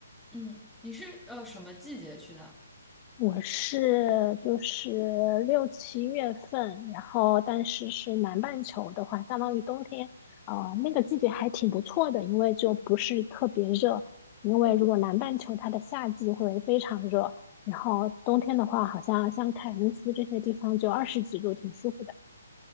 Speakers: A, in the centre; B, on the left.
A: 嗯嗯，你是呃什么季节去的？
B: 我是就是六七月份，然后但是是南半球的话，相当于冬天，呃，那个季节还挺不错的，因为就不是特别热。因为如果南半球它的夏季会非常热，然后冬天的话，好像像凯恩斯这些地方就二十几度，挺舒服的。